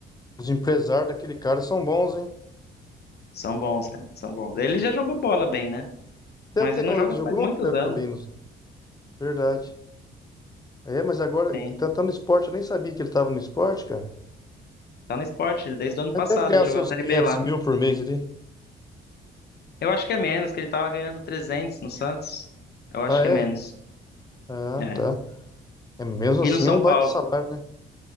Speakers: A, on the left (about 20°); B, on the left (about 55°).
A: Os empresários daquele cara são bons, hein?
B: São bons, cara, são bons. Ele já jogou bola bem, né?
A: Até,
B: Mas ele
A: até-
B: não
A: oh,
B: joga
A: ele jogou
B: faz muitos
A: até pro
B: anos.
A: Binos. Verdade. É, mas agora,
B: Sim,
A: tá, tá no esporte, eu nem sabia que ele tava no esporte, cara.
B: tá no esporte desde o ano
A: Ele
B: passado,
A: deve ganhar
B: ele
A: os
B: jogou
A: seus
B: a Série
A: 500
B: B lá.
A: mil por mês ali.
B: Eu acho que é menos, que ele tava ganhando 300 no Santos. Eu acho
A: Ah,
B: que
A: é?
B: é menos.
A: Ah,
B: É.
A: tá. É mesmo
B: E
A: assim,
B: no São
A: é um
B: Paulo?
A: baita salário, né?